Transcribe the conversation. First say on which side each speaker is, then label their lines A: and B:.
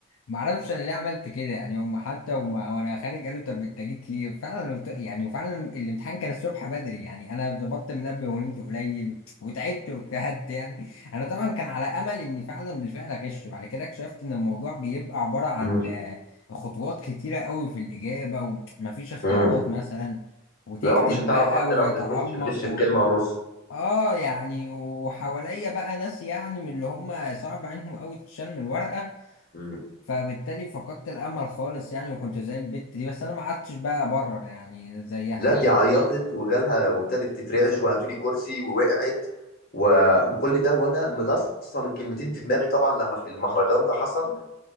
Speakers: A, on the left (about 75°); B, on the left (about 45°).
A: معرفش انا ليه عملت كده يعني هم حتى وما وانا خارج قالوا طب انت جيت ليه فعلا قلت يعني وفعلا الامتحان كان الصبح بدري يعني انا ظبطت منبه ونمت قليل وتعبت واجتهدت يعني انا طبعا كان على امل اني فعلا بالفعل اغش بعد كده اكتشفت ان الموضوع بيبقى عبارة عن
B: مم.
A: آه، خطوات كتيرة قوي في الاجابة ومفيش اختيارات
B: مم.
A: مثلا وتكتب
B: لا هو مش هتعرف
A: بقى
B: حتى
A: ويتعمق
B: لو تغش تغش
A: و...
B: في كلمة ونص
A: اه يعني وحواليا بقى ناس يعني من اللي هم صعب عليهم قوي تشال من الورقة
B: مم.
A: فبالتالي فقدت الامل خالص يعني وكنت زي البت دي بس انا ما قعدتش بقى ابرر يعني زيها
B: لا
A: يعني
B: دي عيطت وجالها وابتدت تترعش وهاتولي كرسي ووقعت و... وكل ده وانا ملصم الكلمتين في دماغي طبعا لما في المهرجان ده حصل